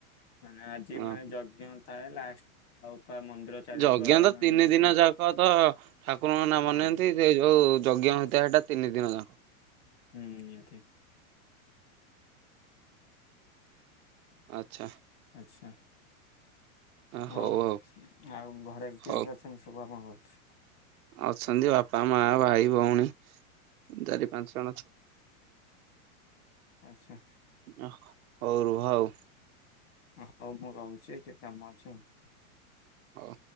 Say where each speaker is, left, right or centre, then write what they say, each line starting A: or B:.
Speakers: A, on the left; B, on the right.
A: ମାନେ ଆଜି
B: ହଁ
A: ମାନେ ଯଜ୍ଞ ଥାଏ ଲାଷ୍ଟ ଆଉ ତା ମନ୍ଦିର। ଚାରିକ
B: ଯଜ୍ଞ ତ
A: ମାନେ
B: ତିନି ଦିନ
A: ସେ
B: ଯାକ ତ ଠାକୁରଙ୍କ ନାମ
A: ହଁ
B: ନିଅନ୍ତି। ଯୋଉ ଯଜ୍ଞ ହୋଇଥାଏ ସେଇଟା ତିନି ଦିନ ଯାକ।
A: ହୁଁ ନିହାତି।
B: ଆଚ୍ଛା।
A: ଆଛା,
B: ହଉ
A: ଆଉ,
B: ହଉ
A: ଆଉ ଘରେ କିଏ
B: ହଉ
A: କିଏ ଅଛି? ଏମ୍ ସବୁ ଆପଣଙ୍କର?
B: ଅଛନ୍ତି, ବାପା, ମା, ଭାଇ, ଭଉଣୀ। ଚାରି ପାଞ୍ଚ ଜଣ ଅଛୁ।
A: ଆଚ୍ଛା।
B: ଅ ହଉ, ରୁହ ଆଉ।
A: ଅ ହଉ, ମୁଁ ରହୁଛି। ଟିକେ କାମ ଅଛି ଆଉ?
B: ହଉ